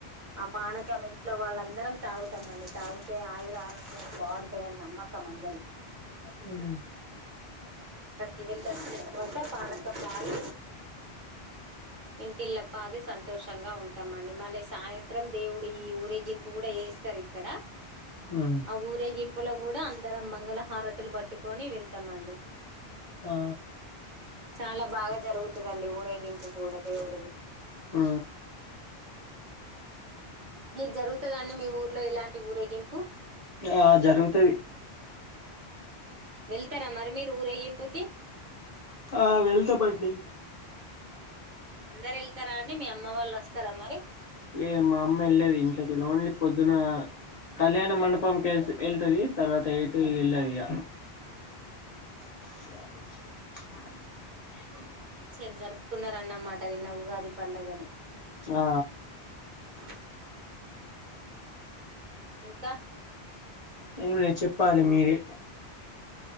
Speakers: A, on the right (about 50°); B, on the left (about 45°).
A: ఆ పానకం ఇంట్లో వాళ్ళందరూ అందరం తాగుతాంమండి తాగుతే ఆయుర ఆరోగ్యాలు బాగుంటాయని నమ్మకం అందరికీ
B: హుమ్
A: అక్కడికి వెళ్ళొచ్చిన తర్వాత పండతో పాది ఇంటిల పాది సంతోషంగా ఉంటాంమండి మళ్ళీ సాయంత్రం దేవుడు ఈ ఊరేగింపు కూడా వస్తారు ఇక్కడ
B: ఉమ్
A: ఆ ఊరేగింపు లోప్పుల కూడా అందరం మంగళహారతులు పట్టుకొని వెళ్తామండి
B: ఆ
A: చాలా బాగా జరుగుతు ఇదండి ఊరేగింపు కూడా దేవుడిది
B: ఆ
A: మీకు జరుగుతుందండి మీ ఊర్లో ఇలాంటి ఊరెగింపు
B: ఆ జరుగుతుది
A: వెళ్తారా మరి మీరు ఊరేగింపు
B: ఆ వెళ్తే మడి
A: అందరు వెళ్తారండి అని మీ అమ్మ వాళ్ళు వస్తారా మరి
B: లే మా అమ్మ వెళ్ళది ఇంట్కళ్ళ ఓన్లీ పొద్దున కళ్యాణ మండపంకి వెళ్తుది తర్వాత ఎటు వెళ్ళది ఇగ <unintelligible>
A: చేర జరుత కున్న రన్నమాట నిన్న ఉగాది పండగని
B: ఆ
A: అ ఇంకా
B: ఏమి లే చెప్పాలి మీరే